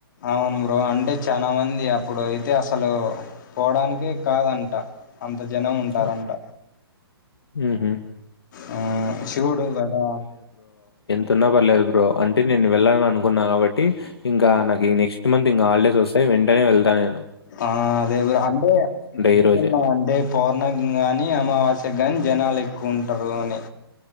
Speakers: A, on the left (about 50°); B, on the left (about 70°).
A: అవును బ్రో, అంటే చాన మంది అప్పుడు అయితే అసలు పోడానినికి కాదంట అంత జనం ఉంటారంట
B: ఆ! హుహు.
A: ఆ శివుడు కదా.
B: తున్న పర్లేదు బ్రో అంటే నేను వెళ్ళాలని అనుకున్నా కాబట్టి ఇంకా నాకు నెక్స్ట్ మంత్ ఇంకా హాలిడేస్ వస్ తయి వెంటనే వెళ్తానేను
A: ఆ అదే బ్రో అంటే చెప్తున్నా
B: ఈ రోజే.
A: అంటే పౌర్ణకాని అమావాస్ గాని జనాలు ఎక్కువ ఉంటరూ అని